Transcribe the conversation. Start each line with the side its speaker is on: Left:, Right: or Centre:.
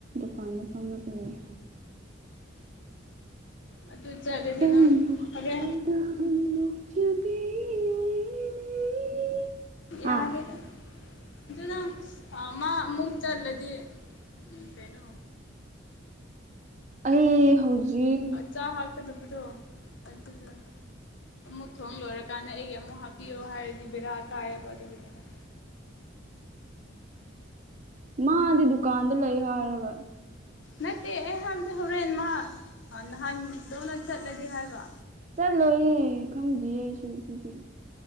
Right: ꯀꯥꯟꯗ ꯐꯅ ꯂꯩꯦ
Left: ꯑꯗꯨ ꯑꯗꯨ ꯆꯗꯦ
Right: ꯅꯪꯒꯤ
Left: ꯅꯪ
Right: ꯋꯥꯈꯜꯗ
Left: ꯐꯔꯦ
Right: ꯅꯣꯛꯆꯕꯤ ꯑꯩꯅꯤ ꯍꯥ
Left: ꯌꯥꯗꯗ ꯑꯗꯨꯗ ꯃꯥ ꯃꯨꯛꯇꯛꯇꯔꯂꯗꯤ ꯎ ꯀꯩꯅꯣ
Right: ꯑꯩ ꯍꯧꯖꯤꯛ
Left: ꯆꯥ ꯍꯥꯞꯀꯗꯕꯗꯣ ꯑꯗꯨꯗ ꯑꯃꯨꯛ ꯊꯣꯡ ꯂꯣꯏꯔꯀꯥꯟꯗ ꯑꯩꯒꯤ ꯑꯃꯨꯛ ꯍꯥꯞꯄꯤꯌꯣ ꯍꯥꯏꯔꯗꯤ ꯕꯦꯔꯥ ꯀꯥꯏꯑꯕ ꯑꯗꯨꯒꯤꯅꯦ <unintelligible>
Right: ꯃꯥꯗꯤ ꯗꯨꯀꯥꯟꯗ ꯂꯩ ꯍꯥꯏꯔꯒ
Left: ꯅꯠꯇꯦ ꯑꯩ ꯍꯥꯏꯕꯗꯤ ꯍꯧꯣꯔꯦꯟꯃ ꯅꯍꯥꯟꯗꯧꯅ ꯆꯠꯂꯗꯤ ꯍꯥꯏꯕꯣ
Right: ꯆꯠ ꯂꯣꯏꯌꯦꯦ ꯈꯪꯗ꯭ꯌꯦ ꯑꯩꯁꯨ ꯑꯗꯨꯗꯤ